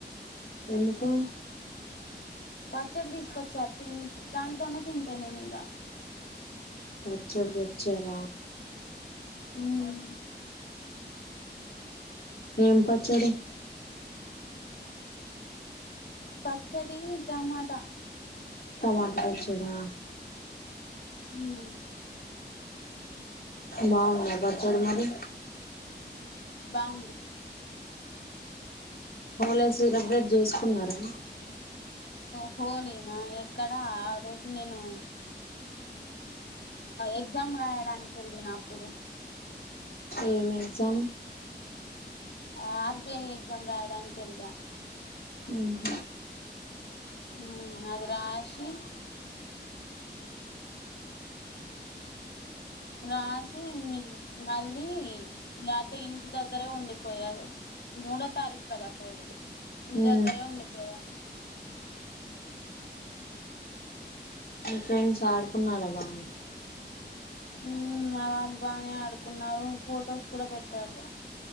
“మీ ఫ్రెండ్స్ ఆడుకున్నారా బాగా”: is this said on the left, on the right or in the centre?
Left